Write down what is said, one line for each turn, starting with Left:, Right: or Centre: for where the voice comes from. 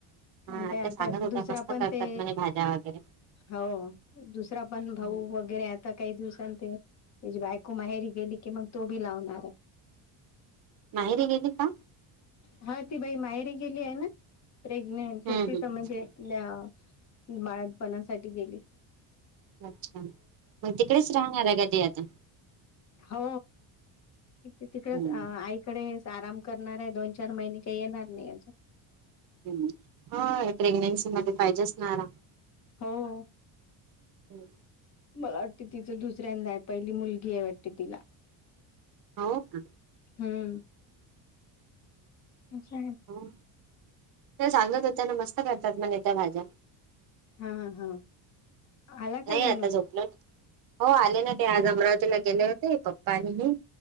Right: हा
Left: आणि ते आता
Right: त्या सांगत होत्या
Left: दुसरा
Right: मस्त
Left: पण
Right: करतात
Left: ते
Right: म्हणे भाज्या वगैरे.
Left: हो दुसरा पण भाऊ
Right: हम्म.
Left: वगैरे आता काही दिवसांन ते त्याजी बायको माहेरी गेली कि मंग तो भी लावणार हे.
Right: माहीरी गेली का?
Left: हा ती बाई मायरी गेली आहे ना, प्रेग्नेंट
Right: हम्म
Left: होती
Right: हम्म
Left: त म्हणजे ल्या बाळातपणासाठी गेले.
Right: अच्छा मण तिकडेच राहणार आहे का ते आता.
Left: हो तिकडेच
Right: हम्म
Left: आईकडे. आराम करणार आहे दोन चार महिने काही येणार नाही याचा.
Right: ह्म हा प्रेग्नेन्सी मध्ये पाहिजेच ना आराम.
Left: हो
Right: हम्म.
Left: मला वाटते तिचं दुसऱ्यांदा आहे पहिली मुलगी आहे वाटते तिला.
Right: हो का.
Left: हम. च्छ
Right: हो ते ांलत होतेना मस्त करतात मण त्या भाज्या.
Left: हा हा आला का
Right: नाही
Left: विनू
Right: आता झोपलं हो आले ना ते आज अमरावतीला गेले. ते पप्पानी